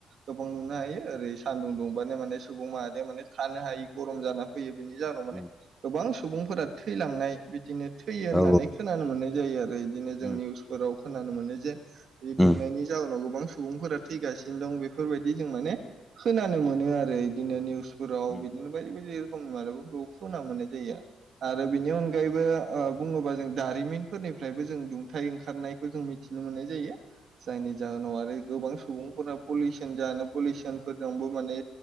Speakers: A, on the right; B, in the centre.
A: गोबां नुनो हायो ओरै सानदुं दुंबानो माने सुबुं माहारिया माने थानो हायि गरम जाना फैयो बिनि जाहोनाव माने
B: उम
A: गोबां सुबुंफोरा थैलांनाय बिदिनो थैयो होननानै
B: औ
A: खोनानो मोननाय जायो आरो आरो बिदिनो जों
B: उम
A: निउसफोराव खोनानो मोनो जे बे दुंनायनि
B: उम
A: जाहोनाव गोबां सुबुंफोरा थैगासिनो दं बेफोरबायदि जों माने खोनानो मोनो आरो इदिनो निउस फोराव
B: उम
A: बिदिनो बायदि बायदि <unintelligible> मोननाय जाया आरो बिनि अनगायैबो बुङोबा जों दारिमिनफोरनि फ्रायबो जों दुंथाइ ओंखारनायखौ जों मिथिनो मोननाय जायो। जायनि जाहोनाव आरो गोबां सुबुंफोरा पलिउसन जानो पलिउसनफोरनावबो माने